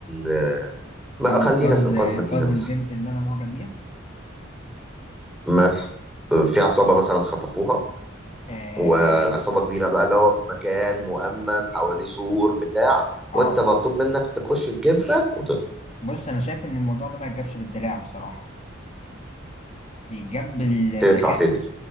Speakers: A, in the centre; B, on the left (about 35°).
A: آه ما
B: او
A: خلينا
B: انقاذ
A: في انقاذ
B: انقاذ
A: مدينة
B: البنت
A: مثلا
B: اللي انا معجب بيها
A: مثلا آه، في عصابة مثلا خطفوها
B: اه
A: والعصابة كبيرة بقى اللي هو في مكان مؤمن حواليه سور بتاع وانت
B: آه.
A: مطلوب منك تخش تجيبها وتطلع
B: بص انا شايف ان الموضوع ده ما يتجابش بالدراع بصراحه يتجاب بالذكاء
A: تدفع فدية